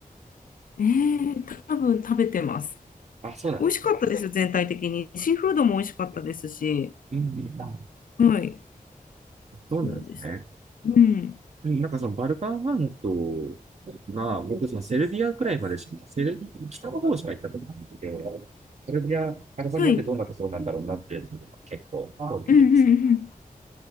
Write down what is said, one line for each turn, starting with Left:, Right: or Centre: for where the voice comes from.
Left: えー、多分食べてます。
Right: あ、そうなんですね。
Left: 美味しかったですよ、全体的に。シーフードも美味しかったですし、
Right: うん、あ
Left: はい。
Right: そうなんですね。
Left: そうです。うん。
Right: うん、なんかそのバルカン半島が、僕そのセルビアくらいまでしか、セルビア北の方しか行ったことなくて、セルビア、アルバニアってどんなところなんだろうなっていうのが結構興味ありますね。
Left: はい。うんうんうん。